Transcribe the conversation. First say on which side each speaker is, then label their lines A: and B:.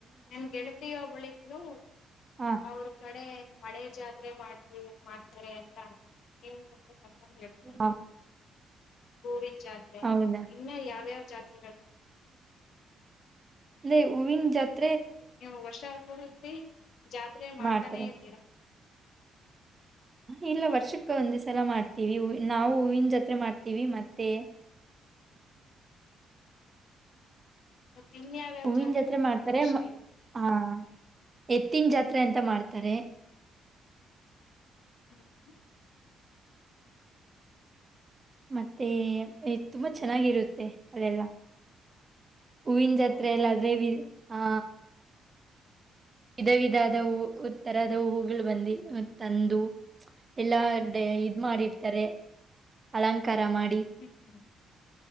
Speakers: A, on the left; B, on the right.
A: ನಮ್ ಗೆಳತಿಯೋಬಳಿದ್ು
B: ಹ
A: ಅವ್ರ ಕಡೆ ಮಳೆ ಜಾತಿ ಮಾಡವಿ ಮಾಡ್ತಾರೆ ಅಂತ ಇ ಹೇಳ್ತಾದೆ
B: ಹ
A: ಹೂವಿ ಜಾತ್ರೆ
B: ಹೌದಾ
A: ಇನ್ನ ಯಾವ್ಯಾವ ಜಾತ್
B: ಇ ಹವಿನ ಜತ್
A: ನೀವು ವರ್ಷ ಹೊತ್ತಿ ಜಾತ್ರೆ ಮಾಡ್ತಾನೇ
B: ಮಾಡ್ತಾರೆ
A: ಇರ್ತೀರಾ
B: ಇಲ್ಲ ವರ್ಷಕ್ಕ ಒಂದ್ ಸಲ ಮಾಡ್ತೀವಿ ನಾವು ಹೂವಿನ ಜತ್ರೆ ಮಾಡ್ತೀವಿ ಮತ್ತೆ
A: ಮತ್ತ ಇನ್ಯಾವ್ಯಾವ
B: ಹೂವಿನ ಜಾತ್ರೆ
A: ಮಾಡ್ತೀರಾ
B: ಮಾಡ್ತಾರೆ
A: ವರ್ಷದಲ್ಲಿ
B: ಹಾ ಎತ್ತಿನ ಜಾತ್ರೆ ಎಂತ ಮಾಡ್ತಾರೆ
A: ಹ್ಮ್ ಹ್ಮ್
B: ಮತ್ತೆ ತುಂಬಾ ಚೆನ್ನಾಗಿರುತ್ತೆ ಅಲ್ಲೆಲ್ಲಾ ಹೂವಿನ ಜತ್ರೆ
A: ಹೌದಾ
B: ಎಲ್ಲಾದ್ರೆ ಹಾ ವಿಧ ವಿಧದ ಹೂ ತರದ ಹೂವುಗಳು ಬಂದು ತಂದು ಎಲ್ಲಾ ಇದ್ ಮಾಡಿರ್ತಾರೆ ಅಲಂಕಾರ ಮಾಡಿ
A: ಹ್ಮ್ ಹ್ಮ್